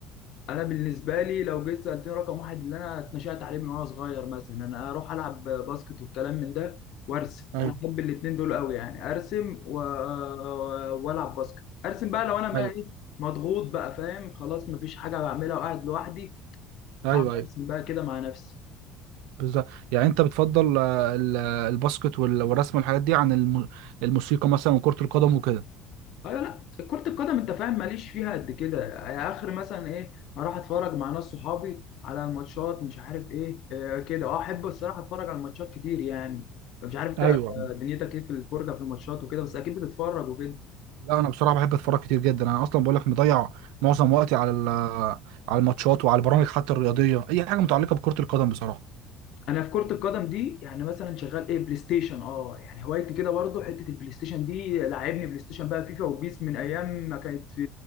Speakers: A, on the left; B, on the right.
A: انا بالنسبة لي لو جيت سألتني رقم واحد اللي انا اتنشأت عليه من وانا صغير مثلا انا اروح العب باسكت والكلام من ده وارسم
B: ايوه
A: انا احب الاتنين دول قوي يعني ارسم و... والعب باسكت ارسم بقى لو انا ما
B: ايوه
A: ايه مضغوط بقى فاهم خلاص مفيش حاجة بعملها وقاعد لوحدي
B: ايوه
A: اقعد
B: ايوه
A: ارسم بقى كده مع نفسي
B: بالظبط يعني انت بتفضل آه، ال- آه، الباسكت وال- والرسم والحاجات دي عن الم- الموسيقى مثلا وكرة القدم وكده
A: ايوه لا كرة القدم انت فاهم ماليش فيها قد كده يعني اخر مثلا ايه اروح اتفرج مع ناس صحابي على الماتشات مش عارف ايه آه كده اه احب الصراحة اتفرج على الماتشات كتير يعني مش عارف انت
B: ايوه
A: آه، دنيتك ايه في الفرجة في الماتشات وكده بس اكيد بتتفرج وكده
B: لا انا بصراحة بحب اتفرج كتير جدا انا اصلا بقول لك مضيع معظم وقتي على ال- آه، على الماتشات وعلى البرامج حتى الرياضية اي حاجة متعلقة بكرة القدم بصراحة
A: انا في كرة القدم دي يعني مثلا شغال ايه بلاي ستيشن اه يعني هوايتي كده برضه حتة البلاي ستيشن دي لعبني بلاي ستيشن بقى فيفا وبيس من ايام ما كانت في